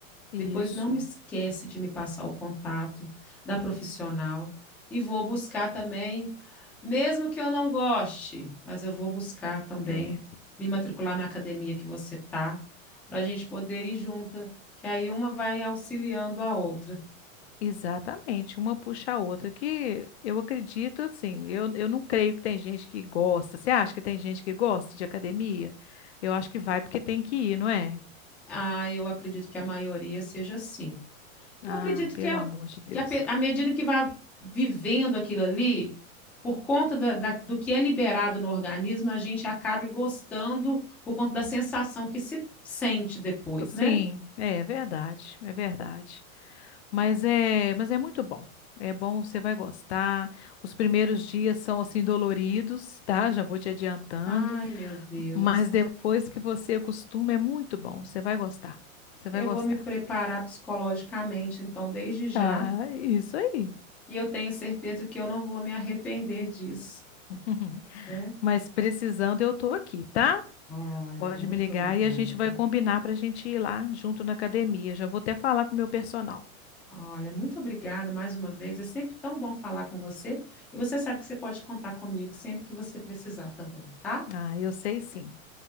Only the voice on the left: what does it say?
isso,
é.
Exatamente, uma puxa a outra, que eu acredito assim, eu, eu não creio que tem gente que gosta. Você acha que tem gente que gosta de academia? Eu acho que vai porque tem que ir, não é?
Ah,
pelo
amor de Deus.
Sim,
é verdade, é verdade. Mas é, mas é muito bom. É bom, você vai gostar. Os primeiros dias são assim doloridos, tá? Já vou te adiantando,
mas depois que você acostuma é muito bom, você vai gostar. Você vai
gostar.
Ah, isso aí.
<laughs>
Mas precisando, eu tô aqui, tá?
Pode
me ligar
e a gente vai combinar para a gente ir lá junto na academia. Já vou até falar com o meu personal.
Ah, eu sei sim.